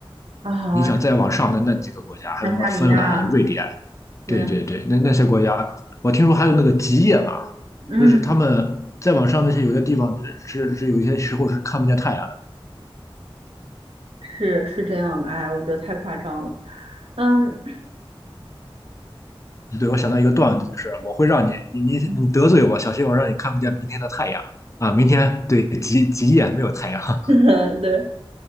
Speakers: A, on the right; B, on the left.
A: 啊？
B: 你想再往上的那几个国家，还有什么芬兰、
A: 爱沙尼亚，
B: 瑞典。
A: 对啊，
B: 对对对，那那些国家，我听说还有那个极夜嘛，
A: 嗯。
B: 就是他们再往上那些有的地方是是有一些时候是看不见太阳
A: 是是这样的，哎，我觉得太夸张了。嗯，
B: 的。对，我想到一个段子，就是我会让你你你你得罪我，
A: <laughs>
B: 小心我让你看不见明天的太阳啊！明天对极极夜没有太阳。<laughs>
A: 那对，